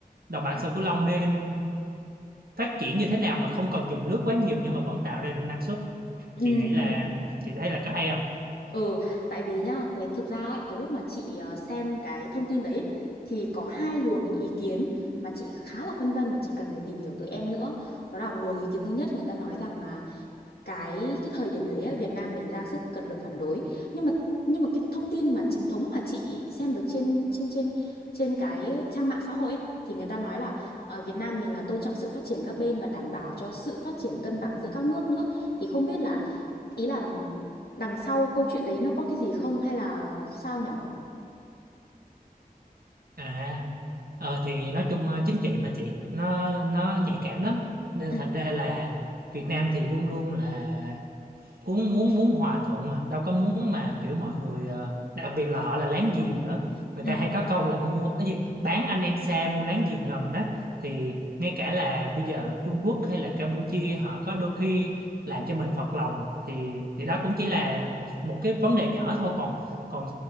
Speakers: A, on the right; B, on the left.
A: đồng bằng sông Cửu Long nên phát triển như thế nào mà không cần dùng nước quá nhiều nhưng mà vẫn tạo ra được năng suất
B: ừ.
A: chị nghĩ là
B: ừ.
A: chị thấy là có hay không
B: Ừ, tại vì nhá, cái thực ra ấy, cái lúc mà chị ờ, xem cái thông tin đấy thì có hai luồng ý kiến mà chị khá là phân vân mà chị cần phải tìm hiểu từ em nữa. Đó là một luồng ý kiến thứ nhất người ta nói rằng là cái cái thời điểm đấy ấy, Việt Nam mình ra sức cật lực phản đối. Nhưng mà nhưng mà cái thông tin mà chính thống mà chị xem được trên trên trên trên cái trang mạng xã hội ấy, thì người ta nói là ở Việt Nam mình là tôn trọng sự phát triển các bên và đảm bảo cho sự phát triển cân bằng giữa các nước nữa. Thì không biết là Ý là đằng sau câu chuyện đấy nó có cái gì không hay là sao nhở?
A: à ờ thì nói chung ờ, chính trị mà chị nó nó nhạy cảm lắm nên
B: Ừ,
A: thành ra là Việt Nam thì luôn luôn là muốn muốn muốn hòa thuận mà đâu có muốn mà kiểu mọi người ờ, đặc biệt là họ là láng giềng nữa người
B: ừ,
A: ta hay có câu là mua cái gì bán anh em xa mua láng giềng gần đó thì ngay cả là bây giờ Trung Quốc hay là Campuchia họ có đôi khi làm cho mình phật lòng thì thì đó cũng chỉ là một một cái vấn đề nhỏ thôi còn còn